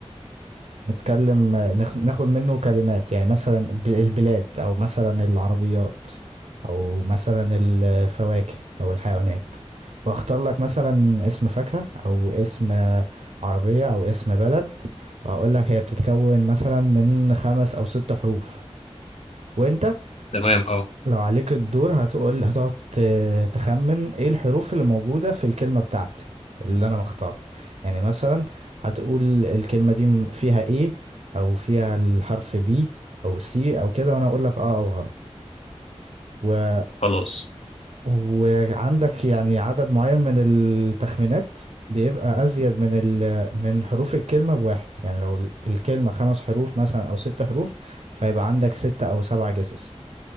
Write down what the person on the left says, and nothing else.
تمام
اه
خلاص